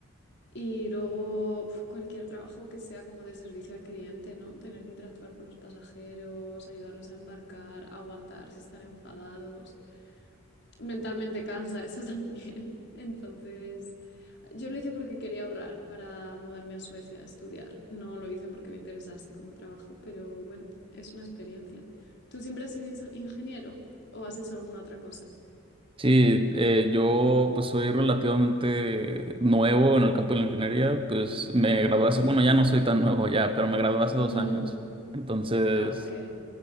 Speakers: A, on the left (about 50°); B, on the right (about 25°).
A: Y luego uf, cualquier trabajo que sea como de servicio al cliente, ¿no? Tener que interactuar con los pasajeros, ayudarlos a embarcar, aguantar si están enfadados mentalmente cansa eso también. <laughs> Entonces, yo lo hice porque quería ahorrar para mudarme a Suecia a estudiar. No lo hice porque me interesase como trabajo, pero bueno, es una experiencia. ¿Tú siempre has sido inse- ingeniero o has hecho alguna otra cosa?
B: Sí, eh, yo pues soy relativamente nuevo en el campo de la ingeniería, pues me gradué hace, bueno, ya no soy tan nuevo ya, pero me gradué hace dos
A: <laughs>
B: años. Entonces,
A: Ah, ok.